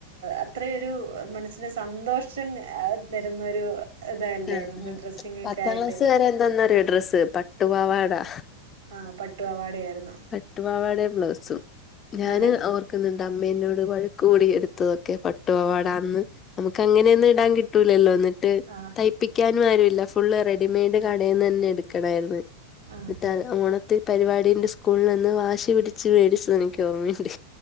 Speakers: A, on the right (about 65°); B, on the left (about 25°).
A: അത്രയൊരു മനസ്സിന് സന്തോഷം തരുന്നൊരു ഇതല്ലേ
B: ആ
A: നമ്മൾ ഡ്രസ്സിങ്ങൊക്കെ
B: പത്താക്ലാസ്
A: ആയിട്ട്
B: വരെ എന്താന്നാറിയോ ഡ്രസ്സ് പട്ടുപാവാടാ
A: ആഹ് പട്ടുപാവാട ആയിരുന്നു
B: പട്ടുപാവാടേം ബ്ലൗസും ഞാന്
A: അതെ
B: ഓർ ക്ക്‌ന്ന്ണ്ട് അമ്മേന്നോട് വഴക്ക്‌കൂടി എടുത്തതൊക്കെ പട്ടുപാവാട അന്ന് നമുക്കങ്ങനെ അന്ന് ഇടാൻ കിട്ടൂലല്ലോ എന്ന്ട്ട്
A: ആഹ്
B: തയ്പ്പിക്കാനു അറിയില്ല ഫുള്ള് റെഡിമെഡ് കടേന്നെന്നെ എടുക്കണായ്ര്ന്ന്
A: ഉം
B: ന്നിട്ടഹ് ഓണത്ത് പരിപാടിൻ്റെ സ് കൂൾളന്ന് വാശി പിടിച്ച് വേടിച്ചത് എനിക്കോർമ്മയിണ്ട്